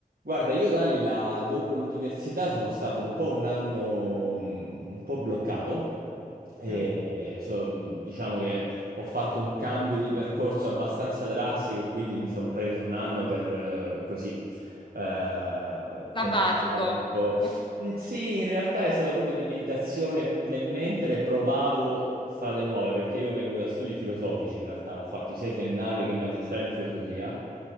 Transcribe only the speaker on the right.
Guarda, io Dalila, dopo l'università sono stato un po' un anno mm, un po' bloccato e
so- mm, diciamo che ho fatto un cambio di percorso abbastanza drastico e quindi mi sono preso un anno per eh, così eh,
pensare un po'.
Mm, Sì, in realtà è stato proprio di meditazione nel mentre provavo strade nuove, perché io vengo da studi filosofici, in realtà ho fatto sia triennale che magistrale in filosofia.